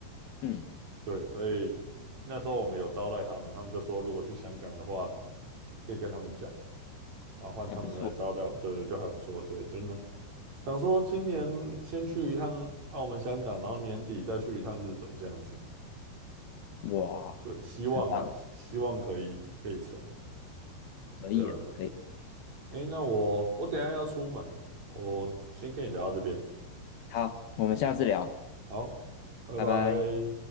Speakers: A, on the left; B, on the right.
A: 嗯，
B: 对，所以那时候我们有招待他们，他们就说如果去香港的话，可以跟他们讲，啊，换他们来招待我们对对，
A: 还不错，
B: 就还不错。对，真的想说今年先去一趟澳门、香港，然后年底再去一趟日本这样子。
A: 哇，
B: 对，希望啦，
A: 很棒。
B: 希望可以可以成。
A: 可以的可以。
B: 对啊，对啊。诶，那我我等一下要出门，我先跟你聊到这边。
A: 好，我们下次聊，
B: 好，好，拜拜。
A: 拜拜。